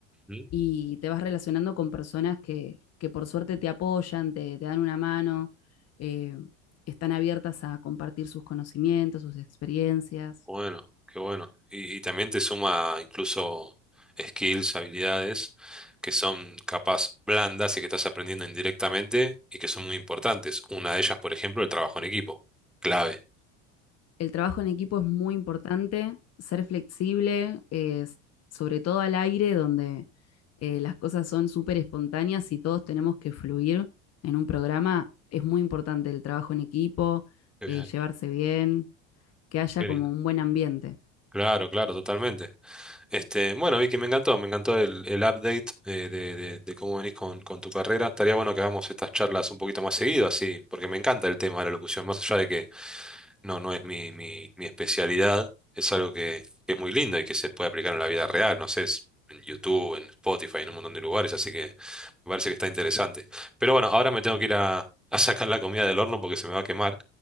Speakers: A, in the centre; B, on the left.
A: Mm,
B: y te vas relacionando con personas que, que por suerte te apoyan, te, te dan una mano, eh, están abiertas a compartir sus conocimientos, sus experiencias.
A: Bueno, qué bueno. Y, y también te suma incluso skills, habilidades que son capaz blandas y que estás aprendiendo indirectamente y que son muy importantes. Una de ellas, por ejemplo, el trabajo en equipo. Clave.
B: El trabajo en equipo es muy importante, ser flexible, eh, sobre todo al aire, donde eh, las cosas son súper espontáneas y todos tenemos que fluir en un programa. Es muy importante el trabajo en equipo,
A: Qué
B: eh,
A: bien,
B: llevarse bien, que haya
A: qué
B: como
A: lindo.
B: un buen ambiente.
A: Claro, claro, totalmente. Este, bueno, Vicky, me encantó, me encantó el, el update eh, de, de- de cómo venís con, con tu carrera. Estaría bueno que hagamos estas charlas un poquito más seguido, así, porque me encanta el tema de la locución, más allá de que no, no es mi, mi, mi especialidad, es algo que, que es muy lindo y que se puede aplicar en la vida real, no sé, es en YouTube, en Spotify, en un montón de lugares, así que me parece que está interesante. Pero bueno, ahora me tengo que ir a, a sacar la comida del horno porque se me va a quemar.